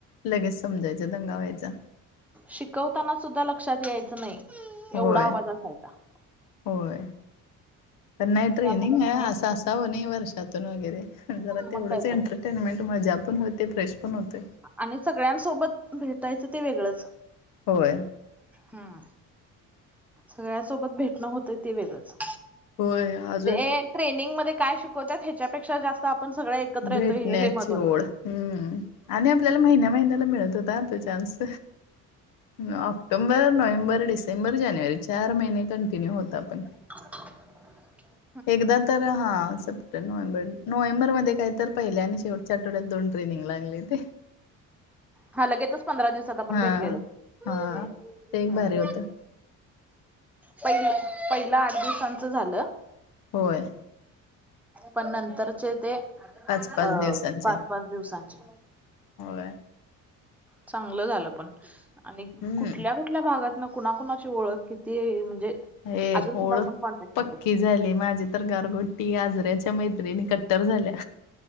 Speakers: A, on the left (about 85°); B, in the centre.
A: लगेच समजायचं दंगा व्हायचा.
B: शिकवताना सुद्धा लक्षात यायचं नाही,
A: होय
B: एवढा आवाज असायचा.
A: होय. त्यांना हे
B: त्यामुळं
A: ट्रेनिंग ये
B: कणी
A: असं असा <unintelligible> वर्षातून वगैरे जरा
B: मग
A: तेवढंच,
B: काय तर
A: एंटरटेनमेंट मजा पण होते फ्रेश पण होते.
B: आणि सगळ्यांनसोबत भेटायचं ते वेगळंच.
A: होय.
B: हम्म. सगळ्या सोबत भेटणं होतंय ते वेगळंच.
A: होय अजून
B: ते ये ट्रेनिंग मध्ये काय शिकवत्यात, हेच्यापेक्षा जास्त आपण सगळे एकत्र
A: भेटण्याची
B: येतोय हे लय महत्वाचं.
A: ओढ, हम्म... आणि आपल्याला महिन्या महिन्याला मिळत होता ह चान्स ऑक्टोंबर. नोव्हेंबर डिसेंबर जानेवारी चार महिने कंटिन्यू होतो आपण.
B: <inaudible>
A: एकदा तर हा, सप्टे नोव्हेंबर नोव्हेंबर मध्ये. काय तर, पहिले आणि शेवटच्या आठवड्यात दोन ट्रेनिंग लागले ते.
B: हा लगेचच पंधरा दिवसात आपण
A: हा
B: भेटलेलो. हम्म..
A: हा ते एक भारी होतं
B: पहि पहिला आठ दिवसांचं झालं.
A: होय.
B: पण नंतरचे ते, अ..
A: पाच पाच दिवसांचे
B: पाच पाच दिवसांचे.
A: होय
B: चांगलं झालं पण, आणि
A: हम्म
B: कुठल्या कु कुठल्या भागातन कुणाकुणाची ओळख किती म्हणजे
A: हे
B: अजून
A: होळ
B: सुद्धा आपण कॉन्टॅक्ट
A: पक्कीच
B: मध्ये
A: झाले माझे तर गारगोटी आजऱ्याच्या मैत्रिणी कट्टर झाल्या.